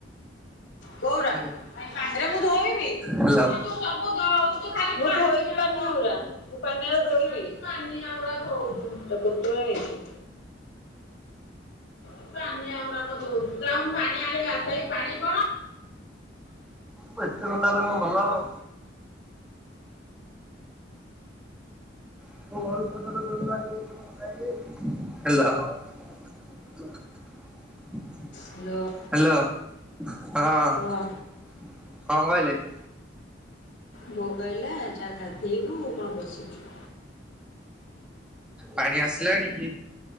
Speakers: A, on the left; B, in the centre.
A: କୋଉରା
B: ହାଲୋ
A: ଏଟା ମୁଁ ଧୋଇବି।
B: ହାଲୋ
A: ମୁଁ ଧୋଇବି ପାନିଆ ଉରା ମୁଁ ପାନିଆ ଊରା ଧୋଇବି। ସେଟା କୋତଳା ହେଇଛି। <unintelligible>
B: ବେ ଏତେ କଥା ହେଲେ କଣ ଭଲହବ? ହ୍ୟାଲୋ। ହ୍ୟାଲୋ ହଁ।
A: ହ୍ୟାଲୋ
B: କଣ କହିଲେ?
A: କୁହ। ବୋଉ କହିଲା ଯା ଗାଧେଇବୁ କଣ ବସିଛୁ?
B: ପାଣି ଆସିଲାଣି କି?